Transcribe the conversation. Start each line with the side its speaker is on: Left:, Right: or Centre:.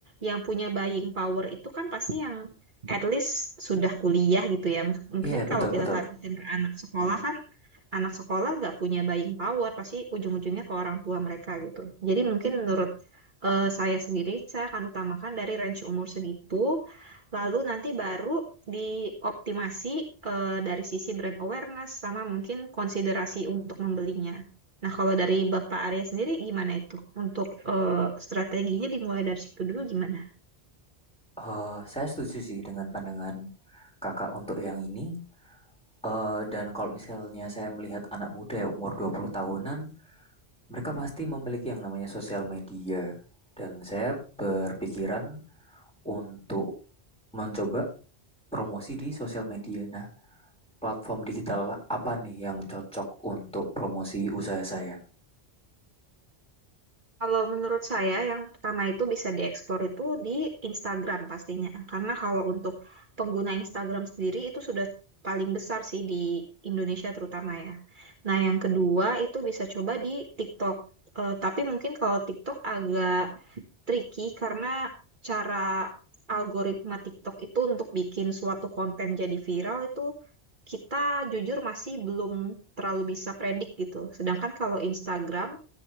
Right: yang punya buying power itu kan pasti yang at least sudah kuliah gitu ya. Mungkin
Centre: Iya betul
Right: kalau kita
Centre: betul.
Right: taruh anak sekolah
Centre: Hmm.
Right: kan anak sekolah nggak punya buying power pasti ujung-ujungnya ke orang tua mereka gitu. Jadi mungkin menurut eh, saya sendiri saya akan utamakan dari range umur segitu lalu nanti baru dioptimasi eh, dari sisi brand awareness sama mungkin konsiderasi untuk membelinya. Nah, kalau dari Bapak Arya sendiri gimana itu? Untuk eh, strateginya dimulai dari situ dulu gimana?
Centre: Eh, saya setuju sih dengan pandangan kakak untuk yang ini. Eh, dan kalau misalnya saya melihat anak muda ya umur 20 tahunan, mereka pasti memiliki yang namanya sosial media. Dan saya berpikiran untuk mencoba promosi di sosial media. Nah, Platform digital apa nih yang cocok untuk promosi usaha saya?
Right: Kalau menurut saya yang pertama itu bisa dieksplor itu di Instagram pastinya. Karena kalau untuk pengguna Instagram sendiri itu sudah paling besar sih di Indonesia terutama ya. Nah, yang kedua itu bisa coba di TikTok. Eh, tapi mungkin kalau TikTok agak tricky karena cara algoritma TikTok itu untuk bikin suatu konten jadi viral itu kita jujur masih belum terlalu bisa predik gitu. Sedangkan kalau Instagram